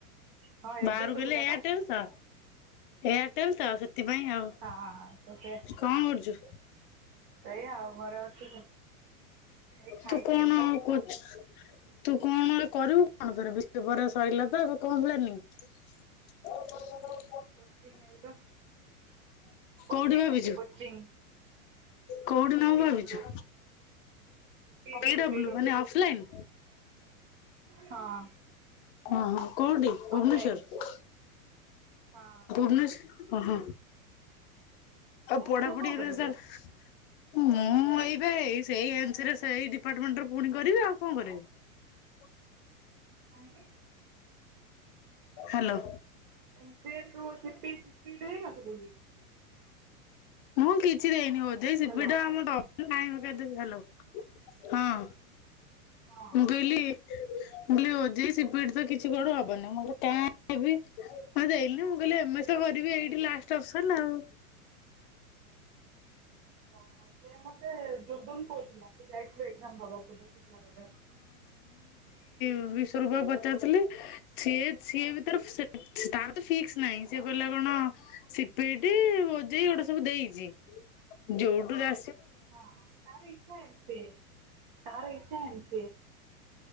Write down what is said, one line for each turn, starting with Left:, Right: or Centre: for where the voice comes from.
Right: ହଁ ଏବେ
Left: ବାହାରକୁ
Right: ଶୁଭିଲା
Left: ଗଲେ ଏୟାରଟେଲ
Right: ପା
Left: ତ ଏୟାରଟେଲ ତ ସେଥିପାଇଁ ଆଉ।
Right: ହଁ ହଁ ତ ସେ
Left: କଣ କରୁଚୁ?
Right: ସେଇଆ ଆଉ ଘରେ ଅଛି ଏଇ ଖାଇକି
Left: ତୁ କଣ
Right: ଆଇଲି ପା
Left: କରୁଚୁ? ତୁ କଣ ଓରେ କରିବୁ କଣ କରିବୁ <unintelligible> ପରେ ସରିଲା ତ କଣ ପ୍ଲାନିଙ୍ଗ? <inaudible>
Right: କୋଚିଂ ନେବି ତ କୋଚିଂ
Left: କୋଉଠି ଭାବିଛୁ?
Right: ନେବି କୋଚିଂ।
Left: କୋଉଠି ନଁ
Right: ପି
Left: ଭାବିଛୁ?
Right: W P W
Left: P W
Right: P W
Left: ମାନେ ଅଫଲାଇନ୍
Right: ହଁ
Left: ଓ ହ କୋଉଠି ଭୁବନେଶ୍ଵର
Right: ଅଫଲାଇନ ହଁ
Left: ଭୁବନେସ ଓହ
Right: ତୁ
Left: ଆଉ ପଢାପଢି
Right: ତୁ କଣ
Left: ଏବେ
Right: କରିବୁ?
Left: ସାର ମୁଁ ଏଇ ଏ ସେଇ ଏଜରେ ସେଇ ଡିପାର୍ଟମେଣ୍ଟ ପୁଣି କରିବି ଆଉ କଣ କରିବି?
Right: ଆଜ୍ଞା।
Left: ହ୍ୟାଲୋ
Right: ଏମ ସେ ତୁ ସିପି ସିପିଟ ଦେଇ ନଥିଲୁ କି
Left: ମୁଁ କିଛି ଦେଇନି ବୋଧେ
Right: ହ୍ୟାଲୋ
Left: ସେଇ ସିପିଟ ଆମ ଅଫ ନାହିଁ ହଁ
Right: ହଁ।
Left: ମୁଁ କହିଲି ମୁଁ କହିଲି <unintelligible> ସିପିଟ ତ କିଛି କଡ ହବନି ମୁଁ କିଲ କାଇଁ ମୁ ଦେଲିି ମୁଁ କହିଲି ତମଶ ଘରିବି ଏଇଠି ଲାଷ୍ଟ ଅଫସନ୍ ଆଉ।
Right: ଓହଃ ସେ ମତେ ଯୋଗୁନ କହୁଥିଲା। ତ ଯାଇଥିଲୁ ଏକଜାମ ଦେବାକୁ ଦେଖିକଥିଲା ତୋତେ
Left: ବିଶ୍ୱରୂପା କୁ ପଚାରୁଥିଲି ସିଏ ସିଏ ଭିତରେ ସେ ତାର ତ ଫିକସ ନାହିଁ ସେ କହିଲା କଣ ହଁ ସିପିଇଟି ଓଜେଇ ଏଗୁଡା ସବୁ ଦେଇଛି ଯୋଉଠୁ ଆ
Right: ହ ତାର ଇଛା ଅଛି ତାର ଇଛା ଏନ୍ତି।